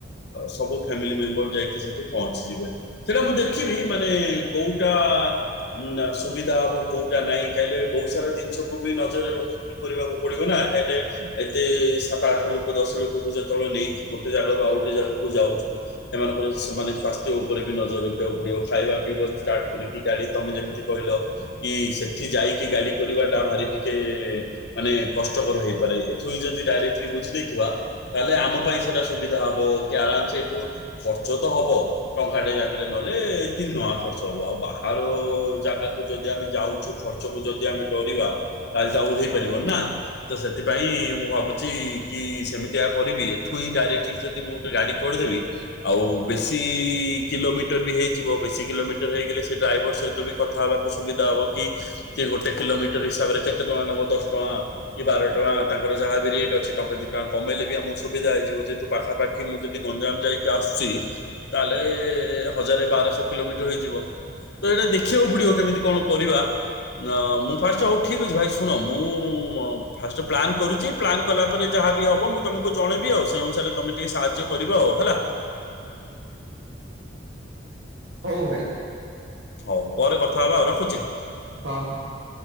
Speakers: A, on the left; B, on the right.
A: ସବୁ ଫ୍ୟାମିଲି ମେମ୍ବର ଯାଇକି ସେଠି ପହଞ୍ଚିଯିବେ। ସେଇଟା ମୁଁ ଦେଖିବି ମାନେ କୋଉଟା ଉଁ ନା ସୁବିଧା ହବ କୋଉଟା ନାଇ। କାଇଁଲେ ବହୁତ ସାରା ଜିନିଷକୁ ବି ନ <unintelligible> ରଖିକି କରିବାକୁ ପଡିବ ନା। ହେଡେ ଏତେ ସାତ ଆଠ ଲୋକ ଦଶ ଲୋକଙ୍କୁ ଯେତେବେଳେ ନେଇକି ଗୋଟେ ଜାଗାରୁ ଆଉ ଗୋଟେ ଜାଗାକୁ ଯାଉଚୁ। ସେମାନଙ୍କର ସେମାନେ ସ୍ଵାସ୍ଥ୍ୟ ଉପରେ ବି ନଜର ରଖିବାକୁ ପଡିବ। ଖାଇବା ପିଇବାରୁ ଷ୍ଟାର୍ଟ କରିକି ଗାଡି ତମେ ଯେମିତି କହିଲ କି ସେଠି ଯାଇକି ଗାଡି କରିବା ଟା ଭାରି ଟି କେ ମାନେ କଷ୍ଟକର ହେଇପାରେ। ଏଠୁ ହିଁ ଯଦି ଡାଇରେକ୍ଟଲି ବୁଝି ଦେଇଥିବା। ତାହେଲେ ଆମ ପାଇଁ ସେଇଟା ସୁବିଧା ହବ। କି ଆରାମ ସେ ଏଠୁ ଖର୍ଚ୍ଚ ତ ହବ। ଟଙ୍କାଟେ ଜାଗାରେ ନଏଲେ ତିନି ଟଙ୍କା ଖର୍ଚ୍ଚ ହବ। ଆଉ ବାହାର ଜାଗାକୁ ଯଦି ଆମେ ଯାଉଛୁ ଖ ଚକୁ ଯଦି ଆମେ ଡରିବା ତାହେଲେ ତ ଆଉ ହେଇପାରିବ ନା। ତ ସେଥିପାଇଁ ମୁଁ ଭାବୁଚି କି ସେମିତିଆ କରିବି। ଏଠୁ ହିଁ ଡାଇରେକ୍ଟ ଯଦି କି ମୁଁ ଗୋଟେ ଗାଡି କରିଦେବି। ଆଉ ବେଶୀ ଇ କିଲୋମିଟର ବି ହେଇଯିବ। ବେଶୀ କିଲୋମିଟର ହେଇଗଲେ ସେ ଡ୍ରାଇଭର ସହି ତ ବି କଥା ହେବାକୁ ସୁବିଧା ହବ। କି କି ଗୋଟେ କିଲୋମିଟର ହିସାବରେ କେତେ ଟଙ୍କା ନବ? ଦଶ ଟଙ୍କା କି ବାର ଟଙ୍କା ତାଙ୍କର ଯାହାବି ରେଟ ଅଛି। ଟଙ୍କା ଦି ଟଙ୍କା କମେଇଲେ ବି ଆମକୁ ସୁବିଧା ହେଇଯିବ। ଯହେତୁ ପାଖାପାଖି ମୁଁ ଯେ ଯଦି ଗଞ୍ଜାମ ଯାଇକି ଆସୁଛି ତାହେଲେ ହଜାରେ ବାରଶହ କିଲୋମିଟର ହେଇଯିବ। ତ ଏଇଟା ଦେଖିବାକୁ ପଡିବ କେମିତି କଣ କରିବା। ମୁଁ ଫାଷ୍ଟ ହଉ ଠିକ ଅଛି ଭାଇ ଶୁଣ ମୁଁ ଫାଷ୍ଟ ପ୍ଲାନ୍ କରୁଛି। ପ୍ଲାନ୍ କଲା ପରେ ଯାହାବି ହବ ମୁଁ ତମକୁ ଜଣେଇବି ଆଉ। ସେ ଅନୁସାରେ ତମେ ଟିକେ ସାହାଯ୍ୟ କରିବ ଆଉ ହେଲା।
B: ହୋଉ ଭାଇ।
A: ହଉ ପରେ କଥା ହେବା ଆଉ ରଖୁଛି।
B: ହଁ ହଁ।